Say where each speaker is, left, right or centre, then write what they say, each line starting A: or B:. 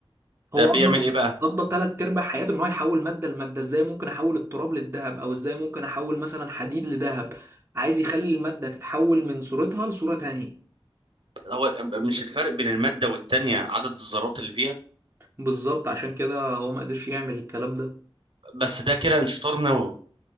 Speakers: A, on the right; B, on the right.
A: هو
B: ده بيعمل
A: قضى
B: ايه بقى
A: قضى تلات ارباع حياته ان هو يحول ماده لماده ازاي ممكن احول التراب للذهب او ازاي ممكن احول مثلا حديد لذهب عايز يخلي الماده تتحول من صورتها لصوره تانية
B: هو مش الفرق بين المادة والتانية عدد الذرات اللي فيها
A: بالظبط عشان كده هو ما قدرش يعمل الكلام ده
B: بس ده كده انشطار نووي